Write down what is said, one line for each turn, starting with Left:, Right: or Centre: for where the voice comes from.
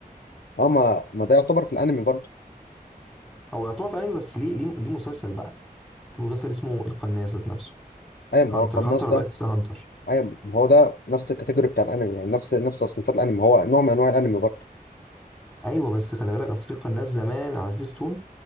Left: أه ما ما ده يعتبر في الأنمي برضه
Centre: هو يعتبر في انمي بس ليه ليه ليه مسلسل بقى في مسلسل اسمه القناص ذات نفسه
Left: أيوة ما
Centre: هانتر
Left: هو القناص
Centre: هانتر
Left: ده
Centre: او اكس هانتر
Left: أيوة ما هو ده نفس الكاتيجوري بتاع الأنمي يعني نفس نفس تصنيفات الأنمي ما هو نوع من أنواع الأنمي برضه
Centre: ايوه بس خلي بالك اصل في قناه زمان على سبيس تون